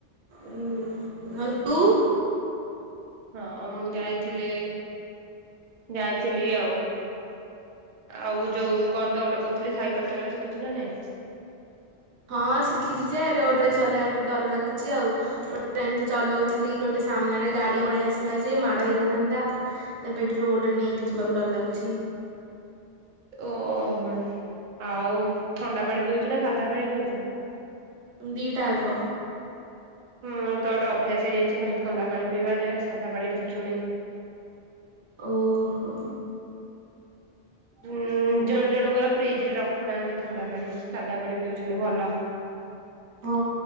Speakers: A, on the right; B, on the right.
A: ଉମ୍ ଆଉ ତୁ?
B: ହଁ ମୁଁ ଯାଇଥିଲି ଯାଇଥିଲି ଆଉ। ଆଉ ଯୋଉ କଣ ତ ଗୋଟେ କହୁଥିଲି, ସାଇକେଲ ଚଲା ଶିଖିଛୁ ନା ନାଇଁ?
A: ହଁ ଶିଖିଛି ଯେ ରୋଡ ରେ ଚଲେଇବାକୁ ଡର ଲାଗୁଛି ଆଉ ଏମିତି ଚଳାଉ ଥିଲି ଗୋଟେ ସାମ୍ନାରେ ଗାଡି ପଳେଇ ଆସିଲା ଯେ ମାଡ ହେଇଯାଇଥାନ୍ତା। ସେବେଠୁ ରୋଡ ରେ ନେଇକି ଯିବାକୁ ଡର ଲାଗୁଛି।
B: ଓହୋ ହୋ। ଆଉ ଥଣ୍ଡା ପାଣି ପିଉଛୁ, ନା ସାଧା ପାଣି ପିଉଛୁ?
A: ଦିଇଟାକ।
B: ମୁଁ ତ ଗୋଟେ ଅଭ୍ୟାସ ହେଇ ଯାଇଛି ଖାଲି ଥଣ୍ଡା ପାଣି ପିଇବା ଯେ ସାଧା ପାଣି ରୁଚୁନି।
A: ଓହୋ।
B: ଉମ୍ ଜଣେ ଜଣଙ୍କର ଫ୍ରିଜ ଶରେ ରଖୁନାହାନ୍ତି ଥଣ୍ଡା ପାଣି ସାଦା ପାଣି ପିଉଛନ୍ତି ଭଲ।
A: ହଁ